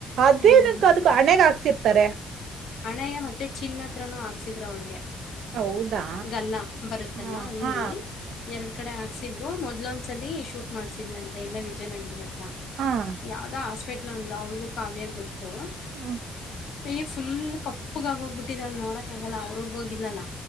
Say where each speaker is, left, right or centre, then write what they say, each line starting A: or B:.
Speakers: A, on the right; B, on the left.
A: ಅದೇನಕ್ಕ
B: ಹ್ಮ್
A: ಅದಕ್ ಹಣೆಗ್ ಹಾಕ್ಸಿರ್ತಾರೆ
B: ಅಣೆಯ ಮತ್ತೆ ಚಿನ್ನತ್ರ ಸಿದ್ರಾ ಅವಳಿಗೆ.
A: ಹೌದಾ
B: ಗಲ್ಲ ಬರುತ್ತಲ್ಲ
A: ಹಾ
B: ಅಲ್ಲಿ
A: ಹಾ
B: ಎರಡು. ಕಡೆ. ಹಾಕ್ಸಿದ್ರು ಮೊದ್ಲೊಂದ್ಸಲಿ ಶೂಟ್ ಮಾಡ್ಸಿದ್ ಅಂತ ಇಲ್ಲ ವಿಜಯನಗರದತ್ರ
A: ಹಾ ಹಾ
B: ಯಾವುದೋ ಹಾಸ್ಪಿಟಲ್ ಅಂದಲ ಅವಳಿಗೂ ಕಾವ್ಯಾಗ ಗೊತ್ತು.
A: ಹ್ಮ್.
B: ಯ್ ಫುಲ್ ಕಪ್ಪಗ ಆಗ ಹೋಗ್ಬಿಟ್ಟಿದಾಳ ನೋಡಕ್ ಆಗಲ್ಲ ಅವರ ಊರಿಗೆ ಹೋಗಿದ್ಲಲ್ಲ.